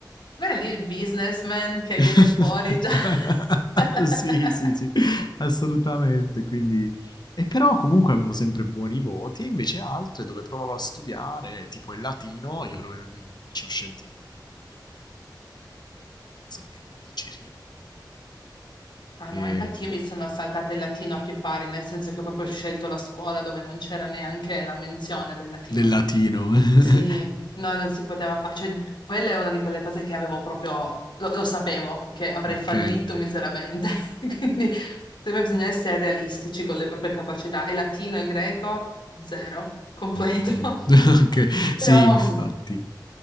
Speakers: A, on the left (about 85°); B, on the left (about 65°).
A: Guarda lì il businessman che
B: <laughs>
A: viene fuori già. <laughs>
B: Sì, sì, sì, assolutamente. Quindi e però comunque avevo sempre buoni voti, e invece altre dove provavo a studiare, tipo il latino, io ero in un li- liceo scientifico, quindi immagino il latino, eh, era proprio una cosa che non digerivo.
A: Ah
B: E-
A: no, infatti io mi sono saltata il latino a pie pari, nel senso che ho proprio scelto la scuola dove non c'era neanche la menzione del latino.
B: Del latino. <laughs>
A: Sì, no, non si poteva fare. Cioè, quella è una di quelle cose che avevo proprio... Lo, lo sapevo, che avrei
B: Ok,
A: fallito miseramente. <laughs> Quindi, secondo me bisogna essere realistici con le proprie capacità. E latino e greco, zero, completo.
B: ok,
A: <laughs>
B: <laughs> ok, sì,
A: Però...
B: infatti.
A: Sì.